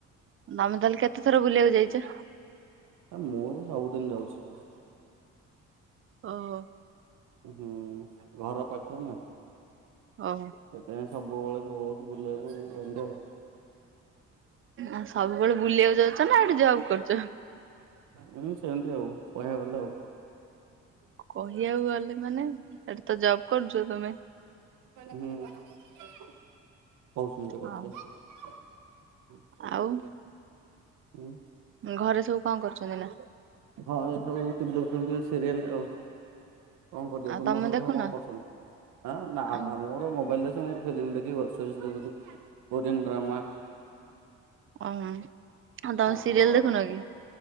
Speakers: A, on the right (about 45°); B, on the right (about 80°).
A: ତୋମେ ତାହେଲେ କେତେଥର ବୁଲିବାକୁ ଯାଇଚ?
B: ଏ ମୁଁ ସବୁଦିନ ଯାଉଛି।
A: ଓହୋ।
B: ହୁଁ ଘର ପାଖରେ ନା ସେଥିପାଇଁ
A: ଓହୋ
B: ସବୁବେଳେ ପଳଉଚୁ ବୁଲିବାକୁ ଆଉ ଏମତିଆ।
A: ଆସ ସବୁବେଳେ ବୁଲିବାକୁ ଯାଉଚନା ସେଠି ଜବ୍ କର କରୁଚ।
B: ଉଁ, ସେମିତି ଆଉ କହିବାକୁ ଗଲେ ଆଉ।
A: କ-କହିବାକୁ ଗଲେ ମାନେ ଏଠି ତ ଜବ୍ କରଚ ତୋମେ।
B: ହୁଁ। କୋଉ ସମୟ ଟିକେ
A: ହଁ
B: କଥା ହେବି?
A: ଆଉ
B: ଉଁ,
A: ଘରେ ସବୁ କଣ କରୁଛନ୍ତି ନା?
B: ଘରେ ସବୁ ଥିଲୁ। ଛନ୍ତି ଏ ସିରିଏଲ୍ ଆଉ। କଣ କରିଚ
A: ଆଉ
B: ତୁମ
A: ତମେ
B: ଘର
A: ଦେଖୁନ
B: ସବୁ କଣ କରୁଛନ୍ତି? ଆଁ, ନା
A: ଓହୋ
B: ନା ମୋର ମୋବାଇଲ୍ ରେ ଏ ମୁଁ ଫିଲ୍ମ ଦେଖିକି ୱବସିରିଜି ଦେଖୁଚି। Korean drama.
A: ଓ ହଁ ଆଉ ତୋମେ ସିରିଏଲ୍
B: ହଁ
A: ଦେଖୁନ କି?